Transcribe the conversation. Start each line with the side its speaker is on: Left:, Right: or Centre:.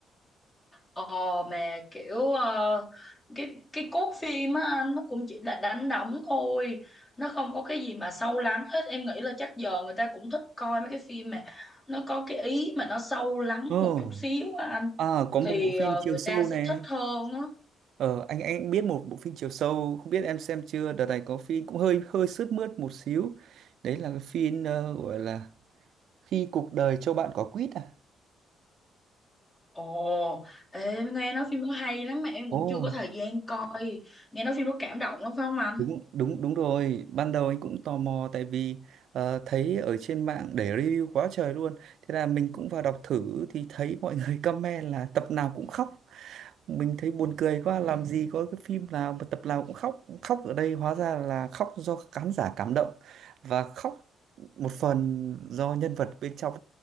Left: ờ mà kiểu ờ, cái cái cốt phim á anh, nó cũng chỉ là đánh đấm thôi nó không có cái gì mà sâu lắng hết em nghĩ là chắc giờ người ta cũng thích coi mấy cái phim mà nó có cái ý mà nó sâu lắng
Right: Ồ
Left: một chút xíu á anh
Right: À, có
Left: thì
Right: một bộ phim
Left: ờ,
Right: chiều
Left: người
Right: sâu
Left: ta sẽ
Right: này.
Left: thích hơn á
Right: Ờ, anh anh biết một bộ phim chiều sâu, không biết em xem chưa? Đợt này có phim cũng hơi hơi sướt mướt một xíu. Đấy là cái phim ờ, gọi là Khi cuộc đời cho bạn quả quýt à?
Left: Ồ, ê, em nghe nói phim đó hay lắm mà em
Right: Ồ.
Left: cũng chưa có thời gian coi. Nghe nói phim đó cảm động lắm phải không anh?
Right: Đúng đúng đúng rồi, ban đầu anh cũng tò mò tại vì ờ, thấy ở trên mạng để review quá trời luôn. Thế là mình cũng vào đọc thử thì thấy mọi <laughs> người comment là tập nào cũng khóc. Mình thấy buồn cười quá, làm gì có cái phim nào mà tập nào cũng khóc. Khóc ở đây hóa ra là khóc do khán giả cảm động và khóc một phần do nhân vật bên trong